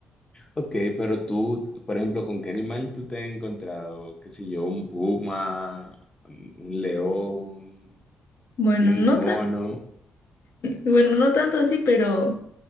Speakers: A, on the left; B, on the left.
A: Ok, pero tú, por ejemplo, ¿con qué animal tú te has encontrado? ¿Qué sé yo? ¿Un puma? ¿Un un león?
B: Bueno,
A: ¿Un
B: no
A: mono?
B: tan, bueno, no tanto así, pero